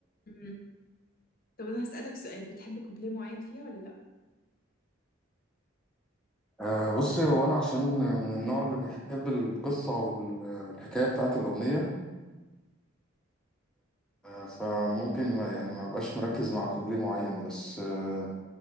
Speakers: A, on the left (about 45°); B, in the centre.
A: امم طب انا هسألك سؤال بتحب كوبليه معين فيها ولا لا
B: آه بصي هو انا عشان من النوع اللي بيحب القصة والحكاية بتاعت الأغنية آه فممكن ما يعني ما بقاش مركز مع كوبليه معين بس آه